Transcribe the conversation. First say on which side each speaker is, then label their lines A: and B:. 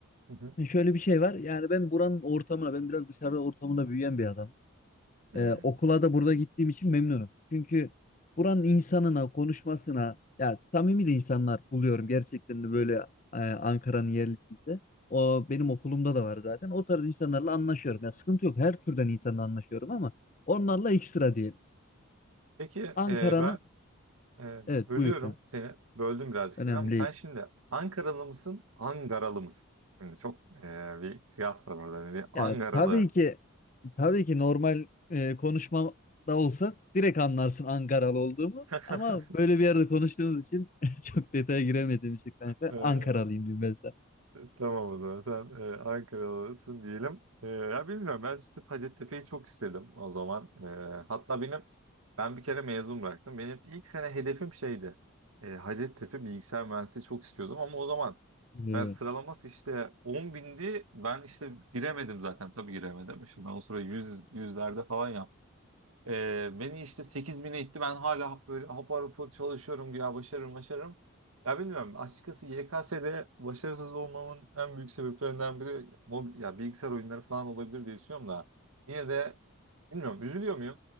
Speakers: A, on the right; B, on the left.
A: Hı hı.
B: E, Şöyle bir şey var. Yani ben buranın ortamına, ben biraz dışarı ortamında büyüyen bir adamım.
A: Hmm.
B: Ee, okula da burada gittiğim için memnunum. Çünkü buranın insanına, konuşmasına, ya samimi de insanlar buluyorum gerçekten de böyle e, Ankara'nın yerlisi ise. O benim okulumda da var zaten. O tarz insanlarla anlaşıyorum. Ya sıkıntı yok. Her türden insanla anlaşıyorum ama onlarla ekstra diyelim.
A: Peki
B: Ankara'nın
A: e, ben Ee, bölüyorum
B: evet buyur. lan.
A: seni. Böldüm birazcık
B: Önemli
A: seni ama sen
B: değil.
A: şimdi Ankaralı mısın, Angaralı mısın? Şimdi çok e, bir kıyas var orada. Hani bir Angaralı.
B: Ya tabii ki tabii ki normal e, konuşmada olsa direkt anlarsın Ankaralı olduğumu.
A: <laughs>
B: Ama böyle bir yerde konuştuğumuz için <laughs> çok detaya giremediğim için kanka
A: Ee,
B: Ankaralıyım diyeyim ben sana.
A: tamam o zaman. Sen e, Ankaralısın diyelim. Ee, ya bilmiyorum. Ben açıkçası Hacettepe'yi çok istedim o zaman. Ee, hatta benim ben bir kere mezun bıraktım. Benim ilk sene hedefim şeydi. Ee, Hacettepe bilgisayar mühendisliği çok istiyordum ama o zaman
B: Hmm.
A: Ben sıralaması işte 10 bindi. Ben işte giremedim zaten. Tabii giremedim. Şimdi ben o sıra 100, yüzlerde falan yaptım. Ee, beni işte 8 bine itti. Ben hala böyle hapar hapar çalışıyorum. Ya başarırım başarırım. Ya bilmiyorum. Açıkçası YKS'de başarısız olmamın en büyük sebeplerinden biri mob- ya bilgisayar oyunları falan olabilir diye düşünüyorum da. Yine de bilmiyorum. Üzülüyor muyum?